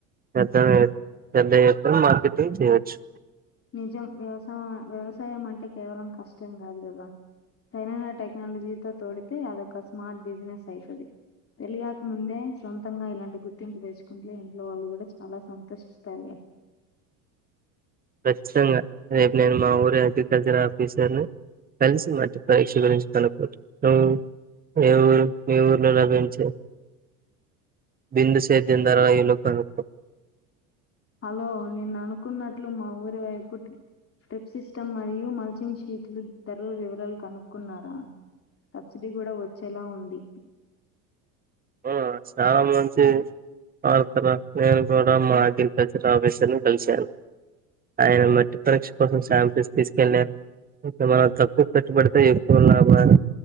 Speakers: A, on the right; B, on the left.
A: పెద్ధవె పెద్ద ఎత్తున మార్కెటింగ్ చేయవచ్చు
B: నిజం వ్యవసాయం వ్యవసాయం అంటే కేవలం కష్టం కాదు కదా సైరైన టెక్నాలజీతో తోడితే అదొక స్మాల్ బిజినెస్ అయితది పేళ్ళి కాకముందే సొంతంగా ఇలాంటి గుర్తింపు తెచ్చుకుంటే ఇంట్లో వాళ్ళు కూడా చాలా సంతోషం ఇస్తారు గా
A: ఖచ్చితంగా రేపు నేను మా ఊరు అగ్రికల్చర్ ఆఫీసర్ ని కలిసి మట్టి పరీక్ష గురించి కనుక్కుంటాను ఏ ఊరు మీ ఊర్లో లభించే బిందు సేద్యం ధర కనుక్కో
B: హలో నేను అనుకున్నట్లు మా ఊరి వైపు టెక్ సిస్టమ్ మరియు మల్చింగ్ షీట్లు ధరల వివరాలు కనుక్కున్నారా సబ్సిడీ కూడా వచ్చేలా ఉంది
A: ఆ చాన మంచి ఆర్తరా నేను కూడా మా <unintelligible> కల్సాను. ఆయన మట్టి పరీక్ష కోసం సాంపిల్స్ తీసుకెళ్లా ఇతే మన తక్కువ కట్టి పెడితే ఎక్కువ లాభాలు